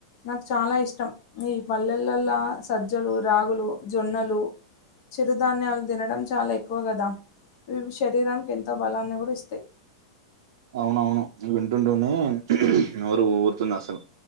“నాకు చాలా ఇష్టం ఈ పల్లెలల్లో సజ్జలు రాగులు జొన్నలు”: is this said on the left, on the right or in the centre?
Left